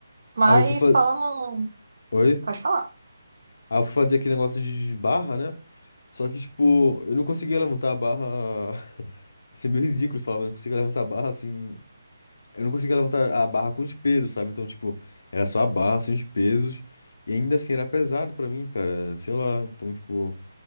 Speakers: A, on the right; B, on the left.
A: Mas
B: Aí eu fui fazer.
A: falando.
B: Oi?
A: Pode falar.
B: Aí eu fui fazer aquele negócio de de barra, né? Só que, tipo, eu não conseguia levantar a barra. <laughs> Isso é meio ridículo falar, mas eu não conseguia levantar a barra assim. Eu não conseguia levantar a barra com os pesos, sabe? Então, tipo, era só a barra, sem os pesos. E ainda assim era pesado pra mim, cara. Sei lá. Então, tipo,